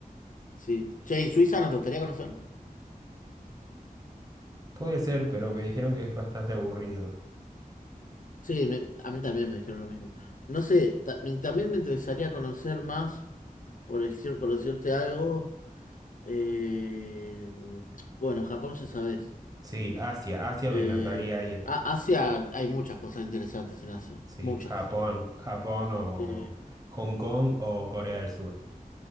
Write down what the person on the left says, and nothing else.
Sí. Che, ¿y Suiza no te gustaría conocer?
Sí, me- a mí también me dijeron lo mismo. No sé, ta- me- también me interesaría conocer más, por decir, por decirte algo. eh, bueno, Japón ya sabes.
Eh,
A- Asia, hay muchas cosas interesantes en Asia.
Muchas.
Eh,